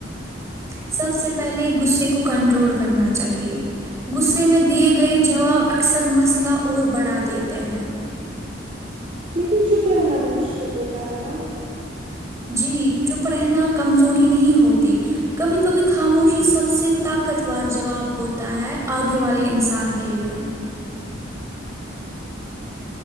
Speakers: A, on the right; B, on the right.
A: <inaudible>
B: لیکن چھپ رہنا بھی مشکل ہوتا ہے نا
A: جی چپ رہنا کمزوری نہیں ہوتی کبھی کبھی خاموشی سب سے طاقت وور جواب ہوتا ہے آگے والے انسان کے لئے